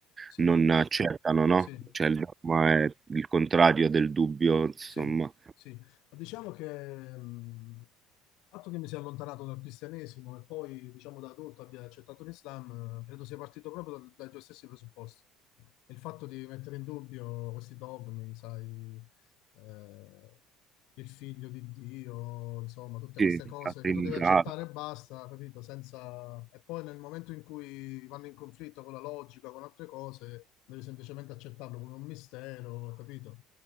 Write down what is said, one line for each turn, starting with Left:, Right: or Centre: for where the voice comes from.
Left: sì,
Right: non accettano, no?
Left: sì.
Right: Cioè il dogma è il contrario del dubbio, insomma.
Left: Sì, sì. Ma Diciamo che mh, il fatto che mi sia allontanato dal cristianesimo e poi, diciamo, da adulto abbia accettato l'Islam, eh, credo sia partito proprio dal- dai tuoi stessi presupposti. E Il fatto di mettere in dubbio questi dogmi, sai, eh, il figlio di Dio, insomma, tutte
Right: Sì,
Left: queste cose
Right: la Trinità.
Left: che tu devi accettare e basta, capito? Senza... E poi nel momento in cui vanno in conflitto con la logica, con altre cose, devi semplicemente accettarlo come un mistero, capito?